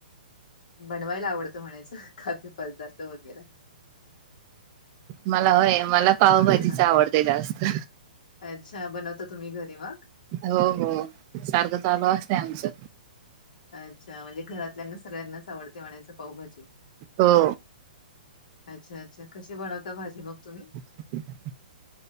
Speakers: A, on the left (about 60°); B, on the right (about 35°).
A: बनवायला आवडतं म्हणायचं खाद्यपदार्थ वगैरे.
B: मला होय. मला पावभाजीच
A: हा हा.
B: आवडते जास्त.
A: अच्छा बनवता तुम्ही घरी मग.
B: हो हो सारखं चालू असत आमच.
A: अच्छा म्हणजे घरातल्याना सगळ्यांनाच आवडते म्हणायच पावभाजी.
B: हो
A: अच्छा अच्छा कशी बनवता भाजी मग तुम्ही.
B: <inaudible>